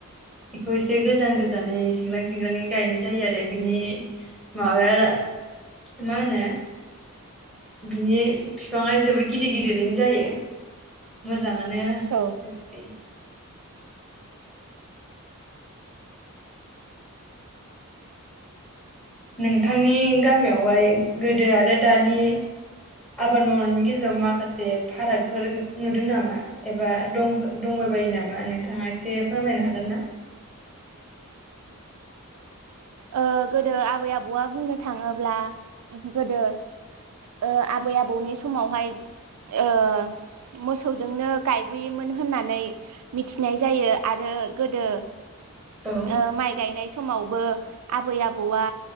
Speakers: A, in the centre; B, on the right.
A: बेखौ एसे गोजान गोजानै सेंग्रां सेंग्राङै गायनाय जायो आरो बिनि माबाया मा होनो बिनि बिफाङा जोबोर गिदिर गिदिरैनो जायो मो जाङानो जोंखै
B: औ
A: नोंथांनि गामियावहाय गोदो आरो दानि आबाद मावनायनि गेजेराव माखासे फारागफोर नुदों नामा एबा दंफो दंबायबायो नामा नोंथाङा एसे फोरमायनो हागोन ना?
B: ओ गोदो आबै आबौआ बुंनो थाङोब्ला गोदो ओ आबै आबौनि समावहाय ओ मोसौजोंनो गायबोयोमोन होननानै मिथिनाय जायो ।आरो गोदो
A: औ
B: ओ माइ गायनाय समावबो आबै आबौआ